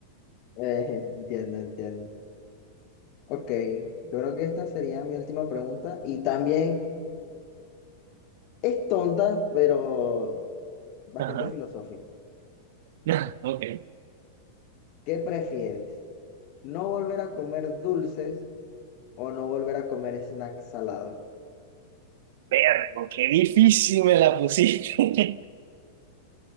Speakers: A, on the left; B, on the right.
A: eh, <laughs> entiendo, entiendo. Ok, yo creo que esta sería mi última pregunta y también es tonta, pero bastante
B: Ajá.
A: filosófica.
B: <laughs> Ok.
A: ¿Qué prefieres? ¿No volver a comer dulces o no volver a comer snacks salados?
B: vergo, qué difícil me la pusiste. <laughs>